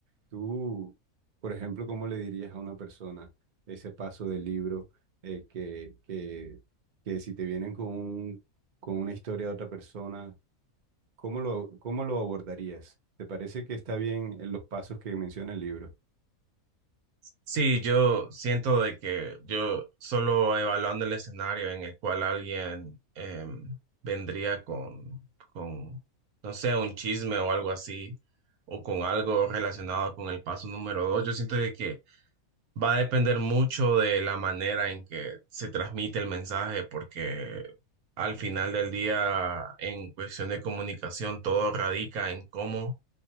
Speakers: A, on the right (about 40°); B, on the right (about 80°).
A: Tú, por ejemplo, ¿cómo le dirías a una persona ese paso del libro eh, que, que, que si te vienen con un, con una historia de otra persona, ¿Cómo lo, cómo lo abordarías? ¿Te parece que está bien en los pasos que menciona el libro?
B: Sí, yo siento de que yo solo evaluando el escenario en el cual alguien em, vendría con, con, no sé, un chisme o algo así, o con algo relacionado con el paso número dos, yo siento de que Va a depender mucho de la manera en que se transmite el mensaje, porque al final del día, en cuestión de comunicación, todo radica en cómo